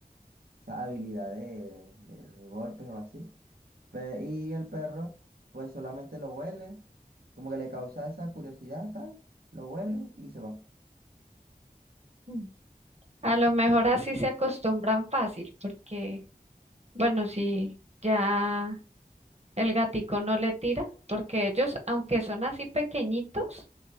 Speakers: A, on the right; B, on the right.
A: esa habilidad de, de, de golpes o así. Pe- y el perro, pues solamente lo huele, como que le causa esa curiosidad, tal, lo huele y se va.
B: mm. A lo mejor así se acostumbran fácil, porque, bueno, si ya el gatico no le tira, porque ellos, aunque son así pequeñitos,